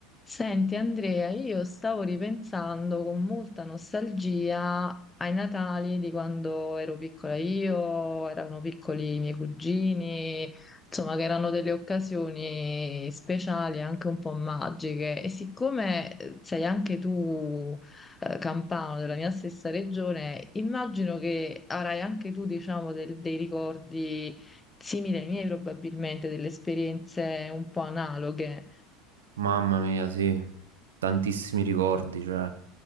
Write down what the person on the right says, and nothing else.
Mamma mia, sì, tantissimi ricordi, cioè,